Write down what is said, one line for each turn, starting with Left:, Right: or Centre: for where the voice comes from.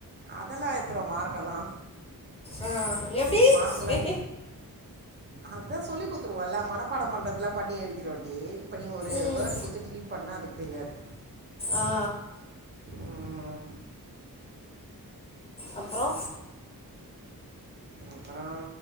Right: அதெல்லா எடுத்துருவா மார்க்கெல்லா
Left: ஆ எப்படி
Right: மார்க்குலா
Left: எ-
Right: அதா சொல்லி குடுத்துருவோம்ல்ல மனப்பாடோ பண்றதுல்லா பண்ணி எழுதிருவா டி இப்டி ஒரு
Left: ம்.
Right: வேர்டு குடுத்து ட்ரீட் பண்ணா அது தெரியாது
Left: அ ஆ
Right: ம்,
Left: அப்பறோ
Right: அப்பறோ